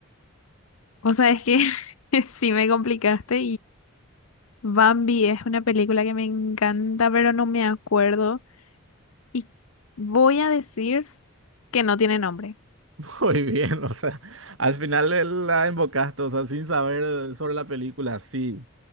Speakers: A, on the left; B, on the right.
A: O sea, es que <laughs> sí me complicaste Bambi es una película que me encanta, pero no me acuerdo. Y voy a decir que no tiene nombre.
B: <laughs> Muy bien, o sea, al final le- la embocaste, o sea, sin saber sobre la película, sí,